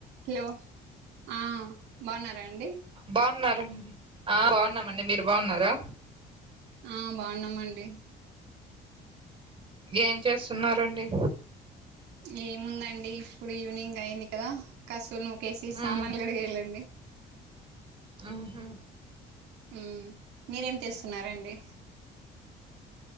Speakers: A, on the right (about 85°); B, on the right (about 30°).
A: Hello ఆ బాగున్నారా అండి
B: బాగున్నారం ఆ బాగున్నామండి మీరు బాగున్నారా.
A: ఆ బాగున్నామండి.
B: ఏం చేస్తున్నారండి.
A: ఏముందండి ఇప్పుడు ఈవినింగ్ అయింది కదా కసువు నూకేసి సామాన్లు
B: ఉమ్
A: కడిగి ఎళ్ళండి
B: హ్మ్మ్
A: హ్మ్మ్ మీరేం చేసున్నారండి